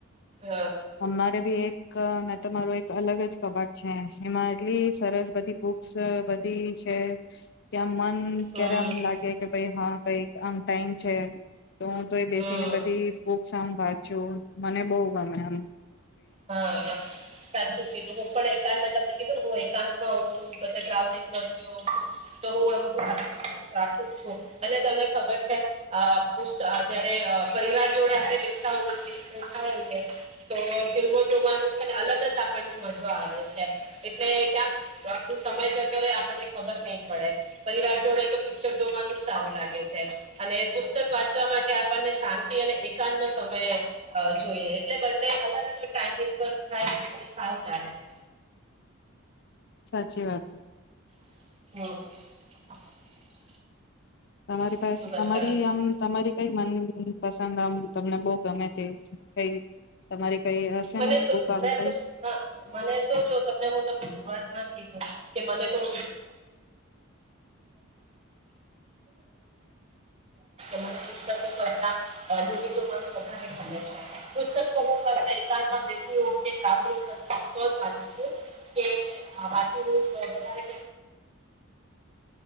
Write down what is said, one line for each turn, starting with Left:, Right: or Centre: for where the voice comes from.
Right: હ
Left: અમારે ભી એક તમારોું એક અલગ જ કબાડ છે એમાં એટલી સરસ બધી બુક્સ એ છે કે આમ મન
Right: હમ
Left: ક્યારે આમ લાગે કે ભાઈ હા કઈ આમ ટાઈમ છે તુ તે એ બેસીને
Right: હમ
Left: બધી સં વાત છું તો મને બહુ ગમે એમ
Right: હા હા સાચું કીધું હું પણ એકાત મા તમને કીધું હોય તાન ભાઉ ટ્રાફિક કરતી હોઉ છું તો હું આ બધું રાખું છું અને તમને ખબર છે પુછતા જયારે પરિવાર જોડે આપણે બેસતા હોઈએ તો ફિલ્મો જોવાનુ છે ને અલગ જ આપણને મજા આવે છે એટલે ક્યાં આપણું સમય જતો રહેે આપણને ખબર નહી પડે પરિવાર જોડે તો પિક્ચર જોવાનું જ સારું લાગે છે અને પુસ્તક વાંચવા માટે આપણને શાંતિ અને એકાંત નો સમય જોઈએ એટલે બંને અલગ અલગ ટાઈમિંગ પર થાય તો સારું
Left: સાચી વાત
Right: હમ <unintelligible>
Left: તમારી
Right: બીજું
Left: પાસે તમારી
Right: બતાડો
Left: આમ તમારી કઈ મન પસંદ આમ તમને બહુ ગમે તે કઈ તમારી કઈ હશે
Right: મને
Left: ને
Right: તો
Left: બુક આવી
Right: મે
Left: કઈ
Right: તો હા મને તો જો તમને હું તમને બાદબાકી ગમે છે. કે મને તો <unintelligible> મને પુસ્તકો કરતા મુવી જોવાનું વધારે ગમે છે. પુસ્તક તો હું કર કાર માં બેસતી વખતે ટ્રાવેલિંગ કરતા બુકજ વાચું છું. <unintelligible> કે વધુંવી વધ